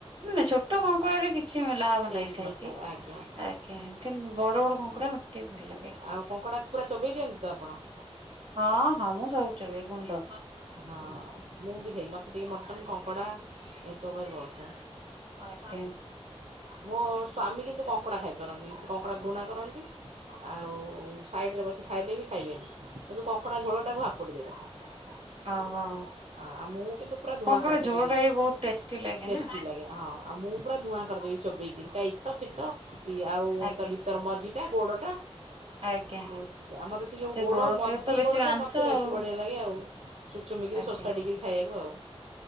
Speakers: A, on the right; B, on the right.
A: ନା ଛୋଟ କଙ୍କଡାରେ କିଛି ଲାଭ୍
B: ଟେଷ୍ଟ
A: ନାହିଁ ଖାଇକି,
B: ନଥାଏ ଆଜ୍ଞା
A: ଆଜ୍ଞା ଆଜ୍ଞା କିନ୍ତ ବଡ ବଡ କଙ୍କଡା ମତେ ଟିକେ ଭଲ ଲାଗେ,
B: ଆଉ କଙ୍କଡା ପୁରା ଚୋବେଇ ଦିଅନ୍ତି ତ ଆପଣ
A: ହଁ ହଁ ମୁଁ ସବୁ ଚୋବେଇ ଗୁଣ୍ଡ।
B: ହଁ ମୁଁ ବି ସେଇ ମତେ ଟିକେ ମଟନ କଙ୍କଡ଼ା ଏସ୍। <inaudible> ଘରେ ବସ।
A: ଆଜ୍ଞା।
B: ମୋ ସ୍ଵାମୀ କିନ୍ତୁ କଙ୍କଡା ଖାଇପାରନ୍ତିନି, ସେ କଙ୍କଡା ଘୃଣା କରନ୍ତି ଆଉ ସାଇଡରେ ବସି ଖାଇଲେ ବି ଖାଇବେନି, କିନ୍ତୁ କଙ୍କଡ଼ା ଝୋଳଟାକୁ ହାପୁଡି ଦେବେ।
A: ଓହୋ
B: ହେଲା, ଆ ଆଉ ମୁଁ କିନ୍ତୁ ପୁରା ଧୂଆଁ
A: କଣ କହିଲ
B: କରିଦେବି
A: ଝୋଳ ଟା ବି ବହୁତ ଟେଷ୍ଟି ଲାଗେ
B: ଟେଷ୍ଟି
A: ନା
B: ଲାଗେ ହଁ, ଆଉ ମୁଁ ପୁରା ଧୂଆଁ କରିଦେବି ଚୋବେଇକି। ଏଇତା ଇତ ଫିତ। ଇଏ ଆଉ
A: ଆଜ୍ଞା।
B: ତା ଭିତର ମଝିଟା ଗୋଡଟା,
A: ଆଜ୍ଞା
B: ବୁଝିଲେ ମତେ ସେ ଯୋଉ ଗୋଡ
A: ଗୋଡଟାରେ
B: ମଝି
A: ତ ବେଶୀ
B: ଗୋଡଟା
A: ମାଂସ
B: ମତେ
A: ଆଉ
B: ବେଶୀ ବଢିଆ ଲାଗେ ଆଉ, ଚୁଚୁମିକି
A: ଆଜ୍ଞା
B: ସୋଷାଡିକି ଖାଇବାକୁ ଆଉ